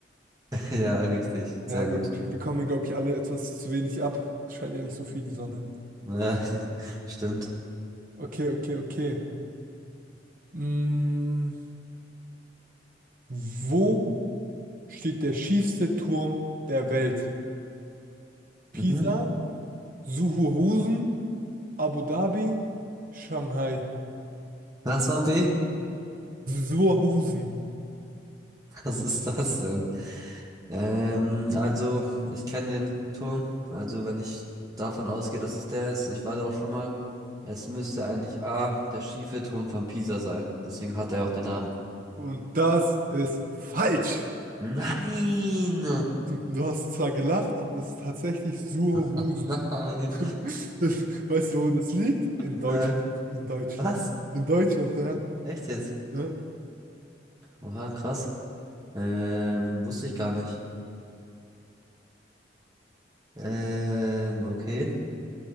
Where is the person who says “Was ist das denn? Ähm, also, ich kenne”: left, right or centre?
Right